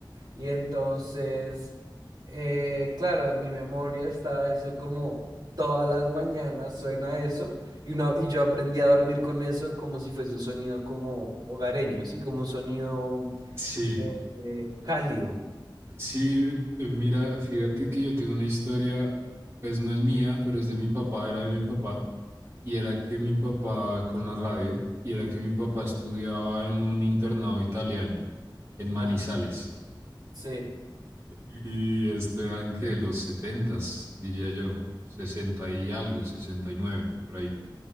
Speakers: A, on the right; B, on the right.
A: Y entonces, eh, claro, en mi memoria está eso como todas las mañanas suena eso y, una, y yo aprendí a dormir con eso como si fuese un sonido como hogareño, ¿sí? Como un sonido
B: Sí,
A: eh, eh, cálido.
B: sí, eh, mira, fíjate que yo tengo una historia, pues no es mía, pero es de mi papá, era de mi papá, y era que mi papá con la radio, y era que mi papá estudiaba en un internado italiano, en Manizales.
A: Ajá. Sí,
B: Y este Esteban que los setentas diría yo, 60 y algo, 69 por ahí.